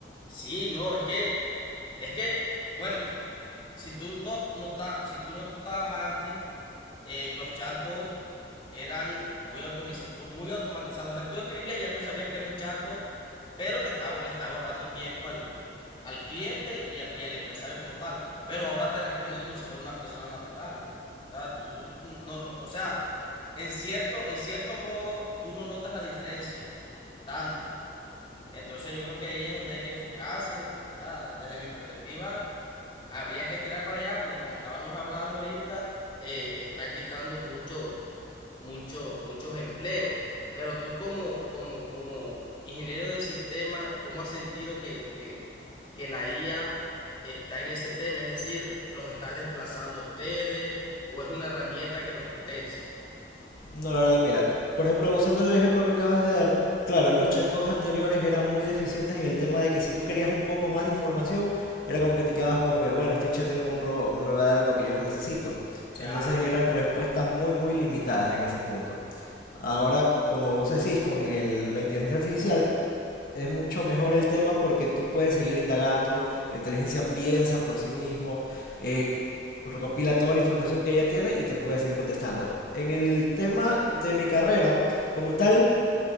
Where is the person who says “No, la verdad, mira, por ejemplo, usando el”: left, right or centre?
Left